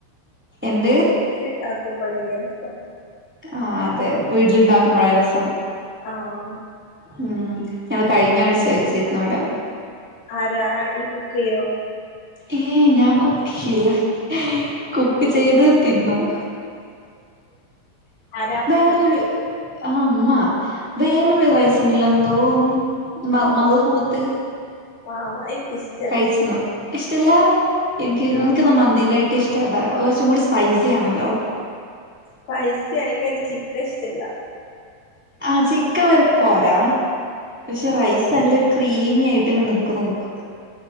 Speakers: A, in the centre; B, on the left.
A: എന്ത്
B: ഇ ഉണ്ടാക്കുമ്പോൾല്ലെ രസം
A: ആ അതെ വീട്ടിലുണ്ടാക്കുമ്പഴേ രസം
B: ആഹ്
A: ഉം ഞങ്ങള് കഴിഞ്ഞ ആഴ്ച വെച്ചിരുന്നു അവിടെ
B: ആരാ നി ഈ കുക്ക്യ്യോ
A: ഏ ഞാൻ കുക്ക് ചെയ്ല്ല. കുക്ക് ചെയ്ത് തിന്നും
B: ആരാ
A: വേറൊരു
B: ഇമ്മ
A: ആഹ് അമ്മ വേറൊരു റൈസ് ഉണ്ടല്ലോ എന്തോ മ മള്ഹൂത്ത്
B: ആ എി <unintelligible>
A: കഴിച്ചിന്നോ ഇഷ്ടല്ല എനിക്ക്
B: ഞാൻ
A: നിനക്ക്ന്ന മന്തിയായിട്ട് ഇഷ്ട അത അതാ കുറച്ചും കൂടി സ്പൈസി ആണല്ലോ
B: സ്‌പൈസി എനക്ക് അതിന്റെ ചിക്കൻ ഇഷ്ടമല്ല
A: ആഹ ചിക്കൻ വരെ പോരാ പക്ഷെ
B: ആഹ്
A: റൈസ് നല്ല ക്രീമിയയിട്ടൊക്കെ നിക്കും നോക്ക